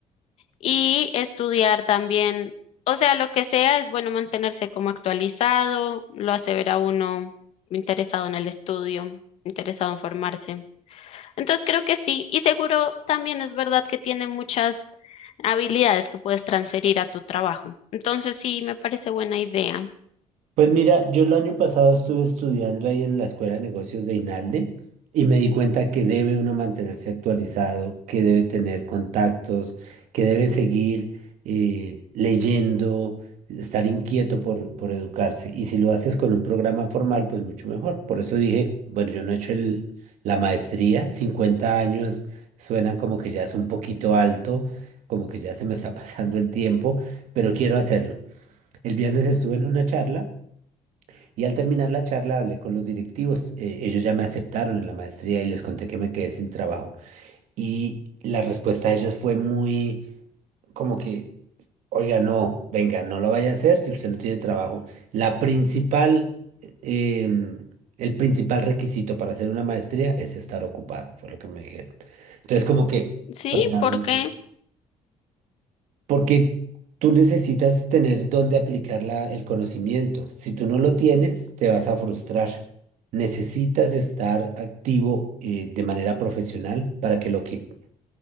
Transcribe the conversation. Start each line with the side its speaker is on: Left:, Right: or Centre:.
Left: y estudiar también, o sea, lo que sea, es bueno mantenerse como actualizado, lo hace ver a uno interesado en el estudio, interesado en formarse. Entonces creo que sí, y seguro también es verdad que tiene muchas habilidades que puedes transferir a tu trabajo. Entonces sí, me parece buena idea.
Right: Pues mira, yo el año pasado estuve estudiando ahí en la Escuela de Negocios de INALDE y me di cuenta que debe uno mantenerse actualizado, que debe tener contactos, que debe seguir eh, leyendo, estar inquieto por, por educarse. Y si lo haces con un programa formal, pues mucho mejor. Por eso dije, bueno, yo no he hecho el- la maestría, 50 años suenan como que ya es un poquito alto, como que ya se me está <laughs> pasando el tiempo, pero quiero hacerlo. El viernes estuve en una charla. Y al terminar la charla hablé con los directivos. eh, ellos ya me aceptaron en la maestría y les conté que me quedé sin trabajo. Y la respuesta de ellos fue muy como que, oiga, no, venga, no lo vaya a hacer si usted no tiene trabajo. La principal, em, el principal requisito para hacer una maestría es estar ocupado, fue lo que me dijeron. Entonces como que
Left: Sí,
Right: frenaron
Left: ¿por
Right: un
Left: qué?
Right: poco. Porque tú necesitas tener dónde aplicar la- el conocimiento. Si tú no lo tienes, te vas a frustrar. Necesitas estar activo eh, de manera profesional para que lo que